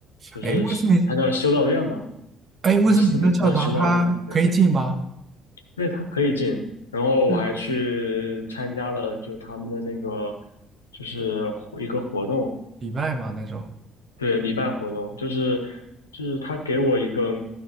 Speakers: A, on the left; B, on the right.
A: 就是它叫修道院嘛，
B: 哎，威斯敏，哎，威斯敏特教堂它可以进吗？
A: 威斯敏斯特修道院，对，因为它可以进。然后我还去参加了就他们的那个
B: 是
A: 就是一个活动，
B: 礼拜吗？那种？
A: 对，礼拜活动就是就是他给我一个